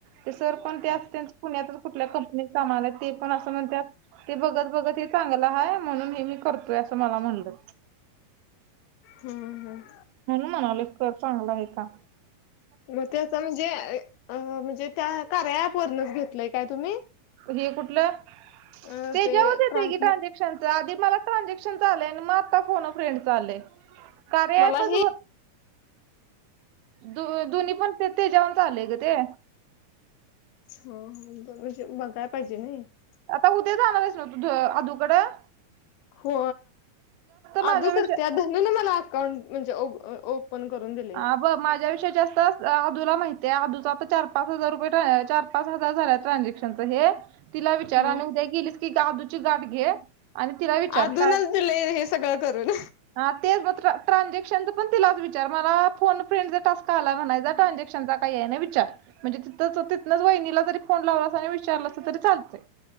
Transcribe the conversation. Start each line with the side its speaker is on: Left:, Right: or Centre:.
Right: ते सर पण ते त्यांच पुण्यातुन कुठल्या कंपनीत कामाला ते पण असं म्हणतात ते बघत बघत हे चांगलं आहे म्हणून हे मी करतोय असं मला म्हणलं
Left: हम्म हम्
Right: म्हणून म्हणाले कर चांगलय काम
Left: मग तें म्हणजे म्हणजे त्या कार्या ॲप वरनच घेतलंय काय तुम्ही?
Right: हे कुठलं?
Left: अ
Right: तेज्यावरच
Left: ते
Right: येतंय
Left: ट्रान्सले
Right: की ट्रानझॅशन आधी मला ट्रान्झॅक्शन आलंय आणि मग आता फोन फ्रेड आलंय कार्या
Left: मला
Right: ॲप
Left: हे
Right: च हो द दुनी पण ते त्याच्यावुणचं आलंय ग ते
Left: हो म्हणजे मग काय पाहिजे नय '-
Right: आता उद्या जाणार आहेस ना तु अदुकडं
Left: हो
Right: माझ्यापेक्षा
Left: अदु करते धनू नं मला अकाउंट म्हणजे ओपन करून दिल
Right: हा बघ माझ्याविषयी जास्त अदूला माहितीय आहे आदुचा आता चार पाच हजार रुपये चार पाच हजार झाला ट्रान्झॅक्शनच हे तिला विचार
Left: हम
Right: आणि उद्या गेलीस की आदूची गाठ घे आणि तिला विचार
Left: अधूनच
Right: काय?
Left: दिलंय हे सगळं करून.
Right: हा तेच मग ट्रान्झॅक्शनच पण तिलाच विचार मला फोन फ्रेंडचा टास्क आला म्हणायचा ट्रान्झॅक्शनचा का यायना विचार म्हणजे तिथंच तिथनचं वहिला जरी फोन लावला आणि विचा <inaudible> चालतय